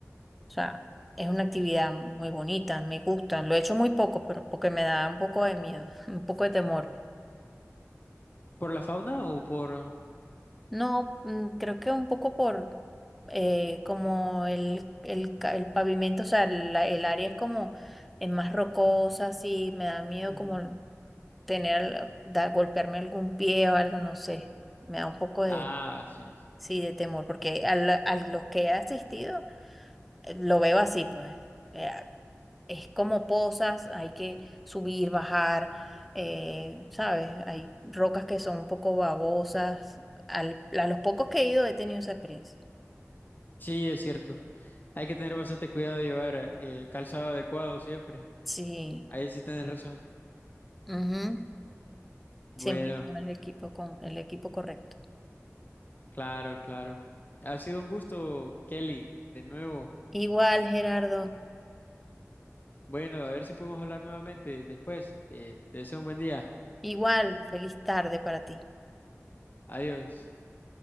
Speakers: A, in the centre; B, on the left.
A: sea, es una actividad muy bonita, me gusta. Lo he hecho muy poco, pero porque me da un poco de miedo, <laughs> un poco de temor.
B: Ujú. ¿Por la fauna o por...?
A: No, mm, creo que un poco por eh, como el, el, ca- el pavimento, o sea, la- el área es como es más rocosa, así, me da miedo
B: ujú.
A: como tener, da- golpearme algún pie o algo, no sé. Me da un poco de,
B: Ah, sí.
A: sí, de temor, porque a, la- a los que he asistido eh, lo veo así, pues. eh, es como pozas, hay que subir, bajar, eh, ¿sabes? Hay rocas que son un poco babosas. Al- a los pocos que he ido he tenido esa experiencia.
B: Sí, es cierto. Hay que tener bastante cuidado de llevar eh, calzado adecuado siempre.
A: Sí.
B: Ahí sí tienes razón.
A: ujú,
B: Bueno,
A: Siempre hay que llevar el equipo con el equipo correcto.
B: claro, claro. Ha sido un gusto, Kelly, de nuevo.
A: Igual, Gerardo.
B: Bueno, a ver si podemos hablar nuevamente después. Eh, te deseo un buen día.
A: Igual, feliz tarde para ti.
B: Adiós.